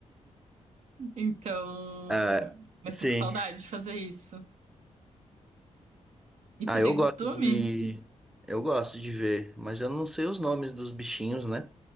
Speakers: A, on the right; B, in the centre.
A: Então,
B: Ah,
A: mas
B: sim.
A: tô com saudade de fazer isso. E
B: Ah,
A: tu tem
B: eu gosto
A: costume?
B: de. Eu gosto de ver, mas eu não sei os nomes dos bichinhos, né?